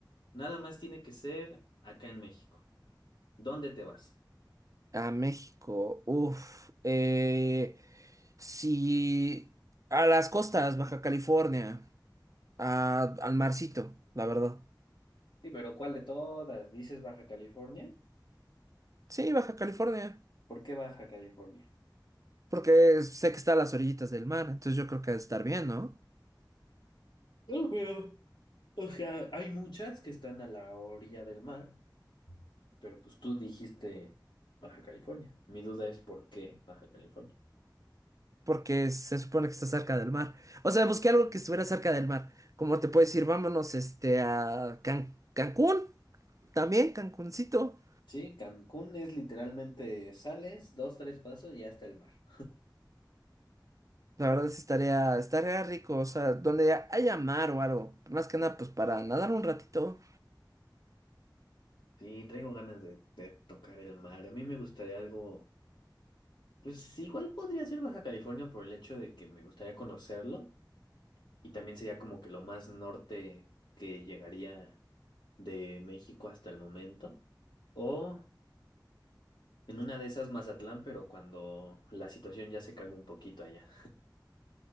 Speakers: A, on the left; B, on the right.
A: nada más tiene que ser acá en México. ¿Dónde te vas?
B: A México, uff. Eh, sí, a las costas, Baja California, a- al marcito, la verdad.
A: Sí, pero ¿cuál de todas? ¿Dices Baja California?
B: Sí, Baja California,
A: ¿Por qué Baja California?
B: porque sé que está a las orillitas del mar, entonces yo creo que ha de estar bien, ¿no?
A: <laughs> O sea, hay muchas que están a la orilla del mar, pero pues tú dijiste Baja California. Mi duda es ¿por qué Baja California?
B: porque se supone que está cerca del mar. O sea, busqué algo que estuviera cerca del mar. Como te puedo decir, vámonos este a Can- Cancún, también Cancuncito.
A: Sí, Cancún es literalmente sales, dos, tres pasos y ya está el mar.
B: La verdad sí estaría, estaría rico, o sea, donde haya mar o algo. Más que nada, pues para nadar un ratito.
A: Sí, traigo ganas de, de tocar el mar. A mí me gustaría algo, pues igual podría ser Baja California por el hecho de que me gustaría conocerlo y también sería como que lo más norte que llegaría de México hasta el momento. O... En una de esas Mazatlán, pero cuando la situación ya se calma un poquito allá.